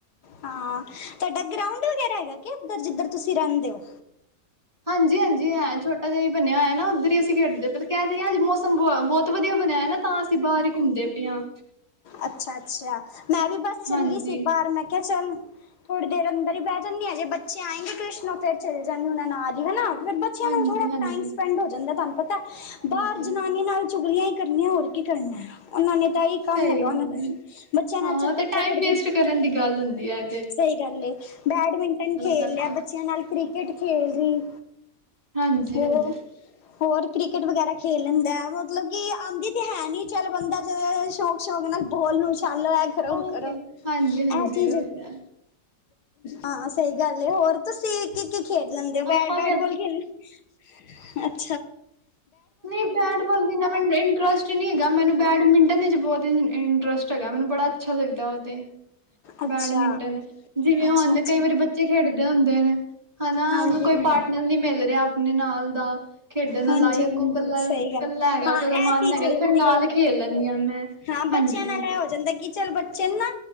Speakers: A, on the left; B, on the right.
A: ਹਾਂ, ਤੁਹਾਡਾ ਗਰਾਉਂਡ ਵਗੈਰਾ ਹੈਗਾ ਕਿ ਇਧਰ ਜਿੱਧਰ ਤੁਸੀਂ ਰੈਂਦੇ ਓ?
B: ਹਾਂਜੀ, ਹਾਂਜੀ ਹੈਂ ਛੋਟਾ ਜਿਹਾ ਈ ਬਣਿਆ ਹੋਇਆ ਏ ਨਾ ਉੱਧਰ ਹੀ ਅਸੀਂ ਖੇਡਦੇ ਪਰ ਕਹਿ ਤੇ ਰਏ ਹਾਂ ਅਜ ਮੌਸਮ ਬ ਬਹੁਤ ਵਧੀਆ ਬਣਿਆ ਹੋਇਆ ਏ ਨਾ ਤਾਂ ਅਸੀਂ ਬਾਰ ਈ ਘੁੰਮਦੇ ਪਏ ਆਂ।
A: ਅੱਛਿਆ, ਅੱਛਿਆ ਮੈਂ ਵੀ ਬਸ ਚੱਲੀ
B: ਹਾਂਜੀ
A: ਸੀ। ਬਾਹਰ ਮੈਂ ਕਿਆ ਚੱਲ ਥੋੜ੍ਹੀ ਦੇਰ ਅੰਦਰ ਈ ਬਹਿ ਜਾਂਨੇ ਆਂ, ਜੇ ਬੱਚੇ ਆਏਂਗੇ ਟਿਊਸ਼ਨੋ, ਫੇਰ ਚਲੇ‌ ਜਾਂਗੇ ਓਨਾ ਨਾਲ ਈ ਹੈਨਾ। ਫੇਰ ਬੱਚਿਆਂ
B: ਹਾਂਜੀ
A: ਨੂੰ ਥੋੜਾ
B: ਹਾਂਜੀ
A: ਟਾਈਮ ਸਪੈਂਡ ਹੋ ਜਾਂਦਾ। ਤੁਹਾਨੂੰ ਪਤਾ
B: ਹਾਂਜੀ
A: ਬਾਹਰ ਜਨਾਨੀ ਨਾਲ ਚੁਗਲੀਆਂ ਈ ਕਰਨੀਆਂ, ਹੋਰ ਕੀ ਕਰਨਾ ਉਹਨਾਂ ਨੇ ਤਾਂ ਇਹ ਕੰਮ
B: ਸਹੀ
A: ਹੈਗਾ
B: ਗੱਲ
A: ਉਹਨਾਂ ਨੂੰ
B: ਹੈ
A: ਬੱਚਿਆਂ ਨਾਲ
B: ਹਾਂ
A: ਚੱਲ
B: ਤੇ
A: ਬੱਚਾ
B: ਟਾਈਮ
A: ਪੜਦੇ
B: ਵੇਸਟ ਕਰਨ ਦੀ ਗੱਲ ਹੁੰਦੀ ਏ।
A: ਸਹੀ ਗੱਲ ਏ, ਬੈਡਮਿੰਟਨ ਖੇਲ
B: ਕਰਦੇ
A: ਲਿਆ, ਬੱਚਿਆਂ ਨਾਲ ਕ੍ਰਿਕੇਟ ਖੇਲ ਰਹੀ
B: ਹਾਂਜੀ,
A: ਹੋ
B: ਹਾਂਜੀ।
A: ਹੋਰ ਕ੍ਰਿਕੇਟ ਵਗੈਰਾ ਖੇਲ ਲੈਂਦਾ। ਮਤਲਬ ਕਿ ਆਂਦੀ ਤੇ ਹੈ ਨੀ ਚੱਲ ਬੰਦਾ ਜੇ ਸ਼ੌਕ-ਸ਼ੌਕ ਨਾਲ ਬੋਲ ਨੂੰ ਉਛਾਲੋ, ਐਂ ਕਰੋ,
B: ਉਹ
A: ਐਂ ਕਰੋ,
B: ਤੇ ਹਾਂਜੀ ਹਾਂਜੀ
A: ਔ ਚੀਜ਼
B: ਉਹ ਤੇ ਹੈ
A: ਹਾਂ, ਸਹੀ ਗੱਲ ਏ। ਹੋਰ ਤੁਸੀਂ ਕੀ-ਕੀ ਖੇਡ ਲੈਂਦੇ ਓ? ਬੈਟ,
B: ਆਪਾਂ
A: ਬੈਟਬਾਲ ਖੇਡ <inaudible>
B: ਨਈਂ ਬੈਟਬਾਲ ਇੰਨਾ ਮੈਨੂੰ ਇੰਟਰਸਟ ਨੀ ਹੈਗਾ, ਮੈਨੂੰ ਬੈਡਮਿੰਟਨ ਵਿੱਚ ਬਹੁਤ ਇੰਟਰਸਟ ਹੈਗਾ, ਮੈਨੂੰ ਬੜਾ ਅੱਛਾ ਲੱਗਦਾ ਉਹ ਤੇ,
A: ਅੱਛਾ
B: ਬੈਡਮਿੰਟਨ। ਜਿਵੇਂ
A: ਅੱਛਾ
B: ਹੁਣ
A: ਅੱਛਾ
B: ਕਈ ਵਾਰੀ, ਬੱਚੇ ਖੇਡਦੇ ਹੁੰਦੇ ਨੇ। ਹੈਨਾਂ,
A: ਹਾਂਜੀ
B: ਉਨੂੰ ਕੋਈ
A: ਹਾਂਜੀ
B: ਪਾਰਟਨਰ ਨੀ ਮਿਲ ਰਿਹਾ ਆਪਣੇ ਨਾਲ ਦਾ, ਖੇਡਣ
A: ਹਾਂਜੀ
B: ਲਾਯਕ
A: ਹਾਂਜੀ
B: ਕੱਲਾ,
A: ਸਹੀ ਗੱਲ
B: ਕੱਲਾ ਹੈਗਾ,
A: ਹਾਂ
B: ਉਹ ਤੇ ਉਦਾ
A: ਇਹ
B: ਮਨ
A: ਚੀਜ਼
B: ਹੈਗਾ।
A: ਹੋ
B: ਤੇ
A: ਜਾਂਦੀ
B: ਫੇਰ ਨਾਲ
A: ਹੈ
B: ਖੇਲ ਲੈਂਨੀ ਆ ਮੈਂ।
A: ਹਾਂ, ਬੱਚਿਆਂ
B: ਹਾਂਜੀ
A: ਨਾਲ
B: ਹਾਂਜੀ
A: ਏ ਹੋ ਜਾਂਦਾ ਕਿ ਚਲੋ, ਬੱਚੇ ਨੂੰ ਨਾ